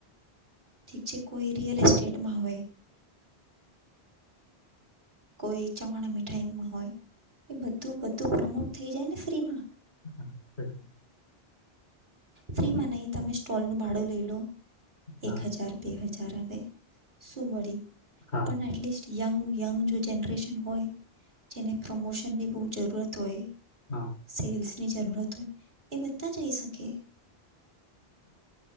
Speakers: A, on the right (about 45°); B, on the left (about 80°).
A: ઠીક છે કોઈ રિયલ એસ્ટેટમાં હોય કોઈ ચવાણા મીઠાઈમાં હોય એ બધું બધું પ્રમોટ થઈ જાય ને ફ્રીમાં
B: <inaudible>
A: ફ્રીમાં નહી તમે સ્ટોલ નું ભાડું લઈ લો
B: હા
A: એક હજાર બે હજાર હવે સુ વળી
B: હા
A: પણ એટલિસ્ટ યંગ યંગ જો જનરેશન હોય જેને પ્રમોશનની બહુ જરૂરત હોય
B: હા
A: સેલ્સ ની જરૂરત હોય એ બધતા જાયે શકે <inaudible>